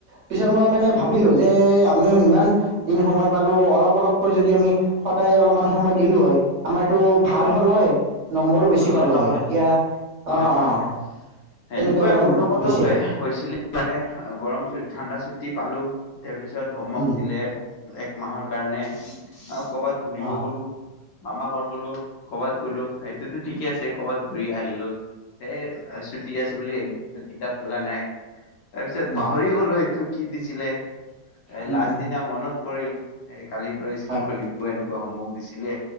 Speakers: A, on the right; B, on the left.
A: পিছত মই মানে ভাবিলো যে আমি ইমান দিন সময় পালো অলপ অলপকৈ যদি আমি সদ <unintelligible> সদায় অলপমান সময় দিলো হয়, আমাৰ এইটো ভাল
B: অ'
A: হ'ল হয়, নম্বৰো বেছি
B: ভালো
A: পালো
B: নহয়
A: হয়, এতিয়া
B: হয়
A: অ',
B: হয়,
A: অ',
B: সেনেকুৱাই
A: সেনেকুৱা মই
B: মোৰ লগতো
A: হৈছে
B: হয়, হৈছিলে মানে গৰম চ <unintelligible> ঠাণ্ডা চুটি পালোঁ, ‌তাৰপিছত হোমৱৰ্ক
A: উম,
B: দিলে এক মাহৰ কাৰণে কবাত ঘূৰিব
A: অ',
B: গলো মামা ঘৰ গ'লো, ‌কবাত গ'লো, সেইটোতো ঠিকে আছে কবাত ঘূৰি আহিলো সেযে ছুটি আছে বুলিম <unintelligible> <unintelligible> কিতাপ খোলা নাই, তাৰপিছত
A: উম,
B: পাহৰি গলো এইটো কি দিছিলে <unintelligible>
A: উম,
B: লাষ্ট
A: উম,
B: দিনা মনত পৰিল, এ কালিৰ পৰা স্কুল
A: হয়,
B: খুলিব এনে <unintelligible> হমৱৰ্ক দিছিলে,